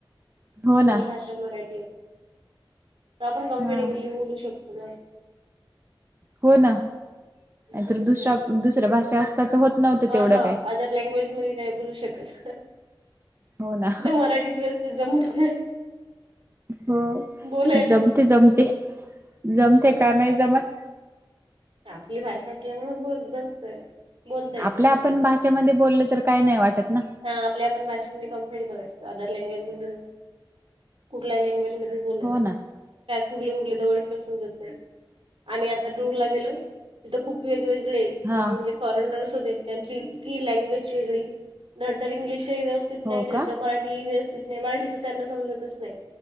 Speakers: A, on the right; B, on the right.
A: हो
B: आपली
A: ना
B: भाषा मराठी हाय, तर आपण कम्फर्टेबली
A: हा
B: बोलू शकतो ना.
A: हो ना नाही
B: दुसरं
A: तर, दुसऱ
B: काय
A: दुसऱ्या भाषा असतात तर होत नव्हतं
B: हा
A: तेवढं
B: हा
A: काय
B: अदर लँग्वेज मध्ये नाही बोलू शकत,
A: हो ना
B: मराठीच व्यवस्थ ते जमत नाही.
A: हो
B: बोलायला
A: जमते, जमते, जमते, का नाही जमत?
B: आपली भाषा असल्यामूळ बोल जमतय. बोलता येते
A: आपल्या आपण भाषेमध्ये बोलल, तर काय नाही वाटत ना.
B: हा आपल्या आपण भाषेमध्ये कम्फर्टेबल असतो, अदर लँग्वेज मधे नसतो. कुठल्या लँग्वेज म ते बोलायच.
A: हो ना
B: काय कुठली कुठली तर वर्ड पण समजत नाही. आम्ही आता टूरला गेलो तिथं खूप वेगवेगळे
A: हा
B: म्हणजे फॉरेनर्स होते. त्यांची इतकी लँग्वेज वेगळी धडतर इंग्लिश ही व्यवस्थित
A: हो
B: नाही, धडतर
A: का
B: मराठी ती ही व्यवस्थित नाही. मराठी तर त्यांना समजतच नाही,